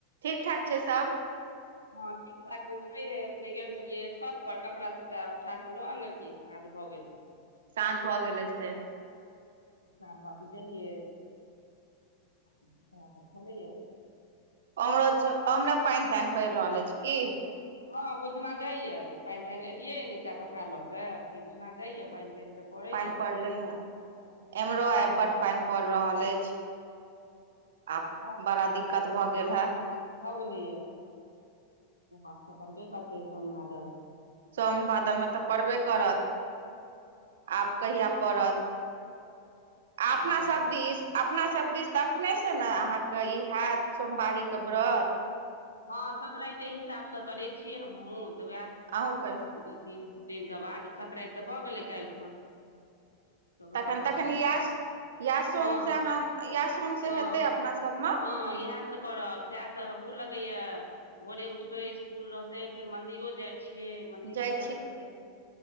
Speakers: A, on the right; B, on the left.
A: ठीक ठाक छै सब।
B: हँ ठीक। छत पर छलैये तऽ एखने गेल छलियै छत पर कपड़ा सबटा उठाक लऽ अनलियै साँझ भऽ गेलै।
A: साँझ भऽ गेलै से।
B: साँझ बाती देलियै। सएह सब भेलैये।
A: ओमहरो ओमरो पाइन ताइन पड़ि रहल अछि की?
B: हँ बुझना जाइये पाइन ताइन एलियै नीचाँ कपड़ा लऽ कऽ कि बुझना जाइए पागन ताइन तऽ पड़ैये
A: पानि पड़लै हे
B: हँ
A: एमहरो आइ बड पानि पड़ि रहल अछि। आब
B: वैह
A: बड़ा दिकत भऽ गेल
B: बरसात
A: हे।
B: भऽ गेलैये आब तऽ करबे करतै सोन भादव।
A: सोन भादव मे तऽ पड़बे करत। आब कहिया पड़त, आ अपना
B: आब वैह
A: सब दिस अपना सब दिस तऽ अखनेसँ ने अहाँके ई हैत सोमवारी कऽ व्रत।
B: हँ संक्रान्ती हिसाबसँ करै छियै हमहूँ तऽ वैह
A: अहूँ के।
B: दू तीन दिनके बाद संक्रान्ति तऽ भऽ गेलै काल्हि खन। तऽ वैह
A: तखन तखन
B: आब
A: इएह इएह सोम
B: हँ
A: से अहाँ इएह सोम से
B: हँ
A: हेतै अपना सबमे।
B: हँ इएह करब सएह तऽ अबुह लगैये भोरे उठबै स्कूल रहतै फेर मंदिरो जाइ छियै मन्दिरो
A: जाइ
B: जाय पड़तै